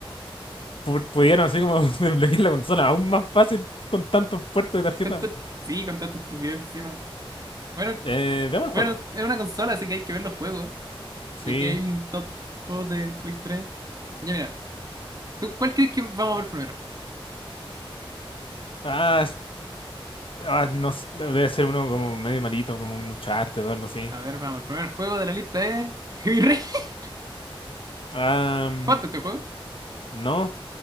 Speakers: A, on the left; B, on the right.
A: pu- pudieron así como <laughs> desbloquear la consola aún más fácil con tantos puertos de tarjeta.
B: Tanta- Sí, con tanta estupidez encima. Bueno, eh,
A: Eh, veamos el
B: bueno,
A: juego.
B: es una consola, así que hay que ver los juegos.
A: Sí.
B: Y aquí hay un top juegos de Play 3. Ya mira, ¿tú cuál crees que vamos a ver primero?
A: Ah, es- ah, no, s- debe ser uno como medio malito, como un Uncharted o algo así.
B: A ver, vamos, el primer juego de la lista es Heavy Rain. <laughs>
A: Ah, mm,
B: ¿Cuánto este juego?
A: no.